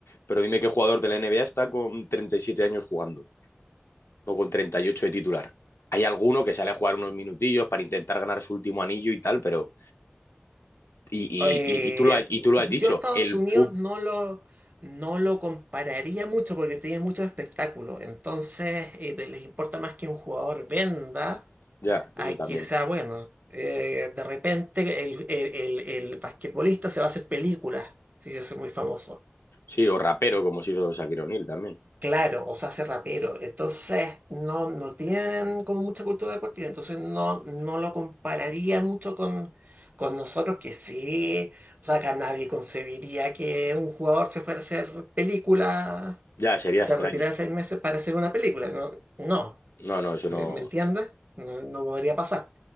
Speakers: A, on the left (about 85°); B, on the right (about 40°).
A: Pero dime qué jugador de la NBA está con 37 años jugando. o con 38 de titular. Hay alguno que sale a jugar unos minutillos para intentar ganar su último anillo y tal, pero. Y, y,
B: Eh,
A: y, y tú, lo has, y tú lo
B: yo
A: has dicho,
B: Estados
A: el
B: Unidos
A: fútbol.
B: no lo, no lo compararía mucho porque tiene muchos espectáculos. Entonces, eh, de- les importa más que un jugador venda
A: Ya,
B: a
A: eso también.
B: que sea bueno. Eh, de repente el, el, el- el basquetbolista se va a hacer películas si se hace muy famoso.
A: Sí, o rapero, como se hizo Shakira O'Neal también.
B: Claro, o se hace rapero. Entonces, no, no tienen como mucha cultura de deportiva. Entonces, no, no lo compararía mucho con, con nosotros, que sí. O sea, acá nadie concebiría que un jugador se fuera a hacer película,
A: Ya, sería
B: se
A: extraño.
B: retirara seis meses para hacer una película. No, no.
A: No, no, eso
B: Eh,
A: no.
B: ¿Me entiendes? No, no podría pasar.